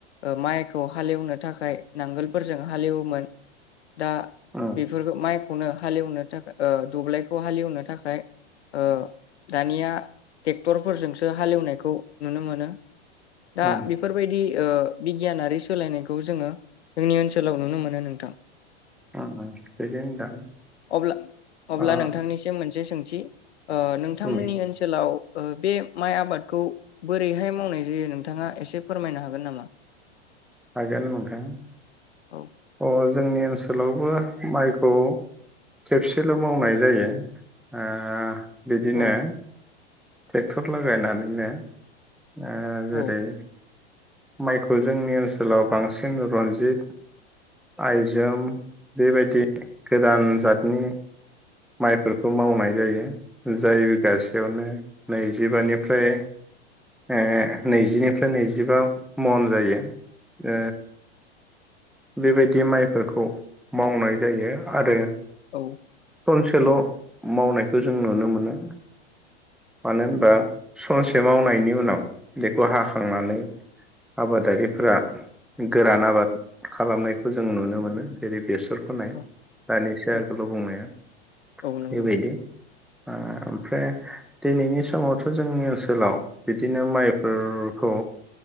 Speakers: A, on the left; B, in the centre.
A: ओ माइखौ हालेवनो थाखाय नांगोलफोरजों हालेवोमोन दा
B: उम
A: बेफोरखौ माइक खौनो हालेवनो थाखा ओ दब्लायखौ हालेवनो थाखाय ओ दानिया टेक्टरफोरजोंसो हालेवनायखौ नुनो मोनो। दा
B: उम
A: बि बि ओ बिगियानारि सोलायनायखौ जोङो जोंनि ओनसोलाव नुनो मोनो नोंथां
B: उम उम थिगैनो दं
A: अब्ला अब्ला
B: अ
A: नोंथांनिसिम मोनसे सोंथि ओ नोंथांमोननि
B: उम
A: ओनसोलाव ओ बे माइ आबादखौ बोरैहाय मावनाय जायो नोंथाङा एसे फोरमायनो हागोन नामा?
B: हागोन नोंथां
A: औ
B: अ जोंनि ओनसोलावबो माइखौ खेबसेल' मावनाय जायो ओ बिदिनो
A: औ
B: टेक्टर लागायनानैनो ओ
A: औ
B: जेरै माइखौ जोंनि ओनसोलाव बांसिन रनजित आइजोम बेबायदि गोदान जादनि माइफोरखौ मावनाय जायो जाय गासैयावनो नैजिबानिफ्राय ओ नैजिनिफ्राय नैजिबा मन जायो ओ बेबायदि माइफोरखौ मावनाय जायो आरो
A: औ
B: खनसेल' मावनायखौ जों नुनो मोनो मानो होनबा सनसे मावनायनि उनाव बेखौ हाखांनानै आबादारिफोरा गोरान आबाद खालामनायखौ जों नुनो मोनो जेरै बेसर फोनाय
A: औ
B: दानिसो
A: औ
B: आगोल' बुंनाया
A: औ नंगौ
B: बेबायदि ओ ओमफ्राय दिनैनि समावथ' जोंनि ओनसोलाव बिदिनो माइफोरखौ